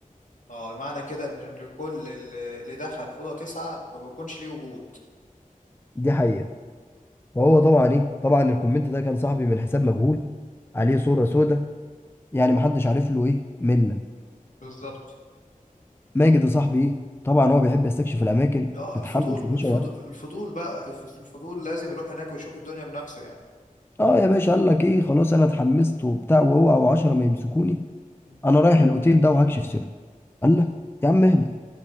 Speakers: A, on the left; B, on the left.
A: اه معنى كده ان لكل اللي اللي دخل اوضه تسعه ما بيكونش ليه وجود
B: دي حقيقة وهو طبعا إيه طبعا الكومنت ده كان صاحبي من حساب مجهول عليه صورة سودة يعني محدش عارف له إيه من
A: بالظبط
B: ماجد يا صاحبي ايه طبعا هو بيحب يستكشف الاماكن
A: اه
B: اتحمس
A: الفضول
B: يا باشا
A: الفضول
B: وقال،
A: الفضول بقى الف- الفضول لازم يروح هناك ويشوف الدنيا بنفسه يعني
B: اه يا باشا قال لك ايه خلاص انا اتحمست وبتاع واوعى وعشرة ما يمسكوني
A: مم.
B: انا رايح الاوتيل ده وهكشف سره قال له يا عم اهدى